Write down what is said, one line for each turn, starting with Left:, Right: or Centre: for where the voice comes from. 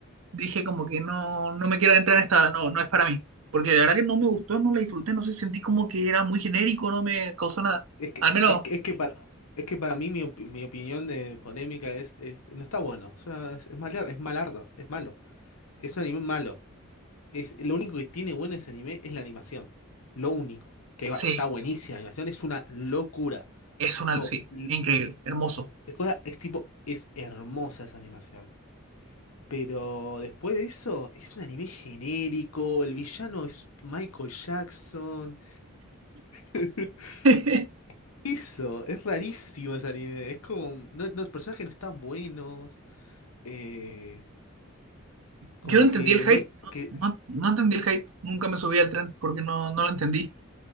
Right: dije como que no, no me quiero entrar en esta ola, no, no es para mí. Porque de verdad que no me gustó, no la disfruté, no sé, sentí como que era muy genérico, no me causó nada.
Left: Es que,
Right: Al menos,
Left: es que, es que para, es que para mí mi, op- mi opinión de polémica es, es, no está bueno, es, una- es, es malar- es malardo, es malo, es un anime malo. Es, lo único que tiene bueno ese anime es la animación. Lo único. Que
Right: sí,
Left: va- está buenísima la animación, es una locura.
Right: es una,
Left: Tipo,
Right: sí,
Left: l-
Right: increíble, hermoso.
Left: es, cosa- es tipo, es hermosa esa animación. Pero después de eso, es un anime genérico. El villano es Michael Jackson. <laughs>
Right: <laughs>
Left: Eso, es rarísimo ese anime. Es como. No, no, los personajes no están buenos. eh, como
Right: Yo no entendí
Left: que
Right: el hype,
Left: no hay.
Right: no,
Left: Que,
Right: no, no entendí el hype, nunca me subí al tren porque no, no lo entendí.